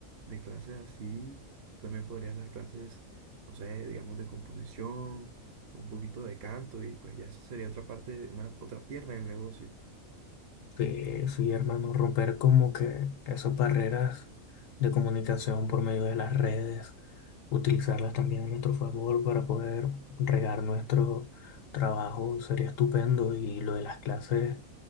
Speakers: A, on the right; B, on the left.
A: de clases así. También podrías dar clases, no sé, digamos de composición, un poquito de canto y pues ya eso sería otra parte, una otra pierna del negocio.
B: sí, sí, hermano, romper como que esas barreras de comunicación por medio de las redes, utilizarlas también a nuestro favor para poder regar nuestro trabajo sería estupendo. Y lo de las clases.